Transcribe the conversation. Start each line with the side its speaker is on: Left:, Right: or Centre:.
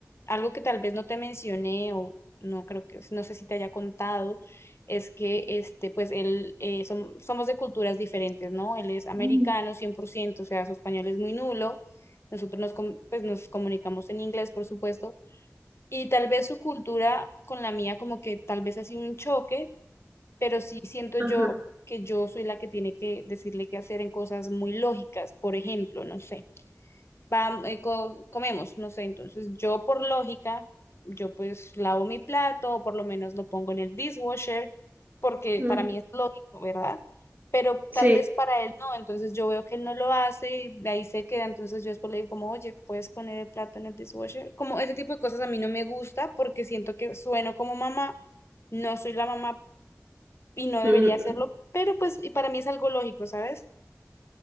Left: algo que tal vez no te mencioné o no creo que, no sé si te haya contado, es que este, pues él, eh, som- somos de culturas diferentes, ¿no? Él es americano
Right: Mm.
Left: 100%, o sea, su español es muy nulo nosotros nos, com- pues, nos comunicamos en inglés, por supuesto, y tal vez su cultura con la mía como que tal vez ha sido un choque, pero sí siento yo
Right: Ajá.
Left: que yo soy la que tiene que decirle qué hacer en cosas muy lógicas, por ejemplo, no sé vam- eh, co- comemos, no sé, entonces yo por lógica, yo pues lavo mi plato o por lo menos lo pongo en el dishwasher, porque
Right: Ujú.
Left: para mí es lógico, ¿verdad? Pero
Right: Sí.
Left: tal vez para él no, entonces yo veo que él no lo hace y de ahí se queda, entonces yo después le digo como, oye, ¿puedes poner el plato en el dishwasher? Como ese tipo de cosas a mí no me gusta porque siento que sueno como mamá, no soy la mamá y no debería
Right: Mm.
Left: hacerlo, pero pues y para mí es algo lógico, ¿sabes?